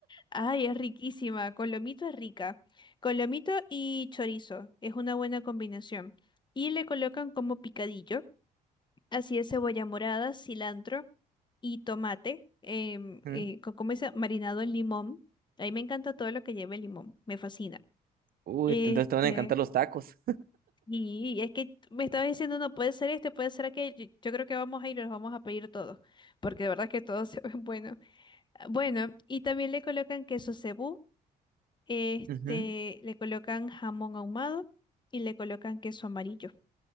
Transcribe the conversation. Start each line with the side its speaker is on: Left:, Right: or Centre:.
Left: Ay, es riquísima. Con lomito es rica. Con lomito y chorizo es una buena combinación. Y le colocan como picadillo. Así es, cebolla morada, cilantro y tomate, em,
Right: <laughs>
Left: eh,
Right: Ujú.
Left: co- ¿cómo dice? Marinado en limón. A mí me encanta todo lo que lleve limón, me fascina.
Right: Uy,
Left: Este,
Right: entonces te van a encantar los tacos.
Left: y es que me estaba diciendo, no puede ser este, puede ser aquel. Yo, yo creo que vamos a ir, los vamos a pedir todos, porque de verdad que todos <laughs> se ven buenos. Ah, Bueno, y también le colocan queso cebú, este,
Right: Ujú.
Left: le colocan jamón ahumado y le colocan queso amarillo.